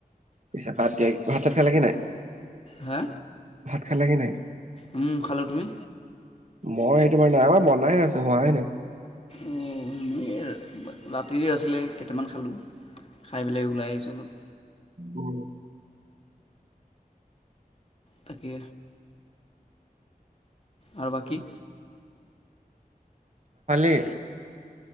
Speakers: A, on the right (about 50°); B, on the left (about 40°).
A: <unintelligible> ভাত-চাত খালা কি নাই?
B: হা?
A: খালে গে নাই
B: উম খালোঁ, তুমি?
A: মই সেইটো মানে নাই, আমাৰ বনাই আছে হোৱাই নাই।
B: অ' মই ৰাতিৰে আছিলে কেইটামান খালোঁ, খাই পেলাই ওলাই আহিছোঁ অলপ।
A: উম।
B: তাকে। আৰু বাকী
A: খালি?